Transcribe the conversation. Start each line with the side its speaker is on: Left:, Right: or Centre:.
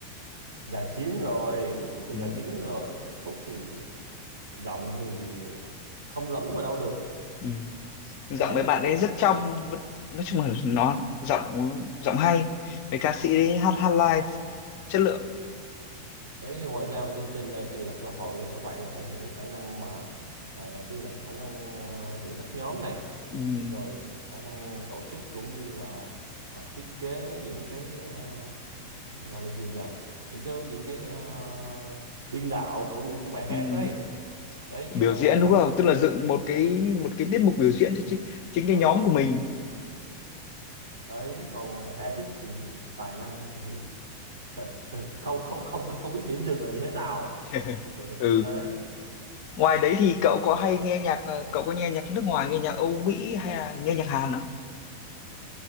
Right: gà chín rồi Đức Phúc thì
Left: ừ.
Right: gà chín rồi Đức Phúc thì giọng thì không lẫn vào đâu được
Left: ừ. giọng
Right: đấy
Left: mấy bạn
Right: và
Left: ấy rất trong vẫn- nói chung là nó giọng giọng hay cái ca sĩ ấy hát hát live chất lượng
Right: đấy thì ngoài ra chương trình này thì là cơ hội để cho bạn thể hiện cái khả năng mà ờ, đầu tiên là khả năng ờ, dẫn dắt nhóm này
Left: ừ.
Right: rồi khả năng tổ chức cũng như là ờ, thiết kế những cái ờ, ờ, gọi là gì nhỉ những cái những cái ờ, biên đạo của những cái bài hát
Left: Ừ.
Right: đấy đấy khi
Left: biểu
Right: bạn
Left: diễn
Right: ấy làm
Left: đúng không
Right: bản
Left: tức là dựng một cái một cái tiết mục biểu diễn cho chính, chính cái
Right: ừ,
Left: nhóm của mình
Right: ừ. đấy còn Edit thì tài năng thì <laughs> không không không biết không biết điểm dừng là như thế nào
Left: <laughs>
Right: thực sự là
Left: ừ
Right: thế
Left: ngoài đấy thì cậu có hay nghe nhạc ờ, cậu có nghe nhạc nước ngoài nghe nhạc Âu Mỹ hay là nghe nhạc Hàn không